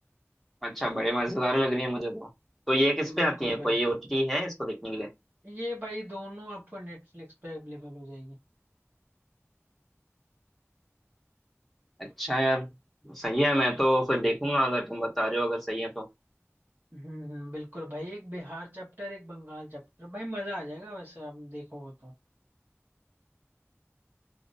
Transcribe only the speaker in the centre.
अच्छा बड़े मजेदार लग रही है मुझे तो तो ये किस
पे आती है कोई
ओटीटी है इसको देखने के लिए
अच्छा यार सही है मैं तो फिर देखूंगा अगर तुम बता रहे हो अगर सही है तो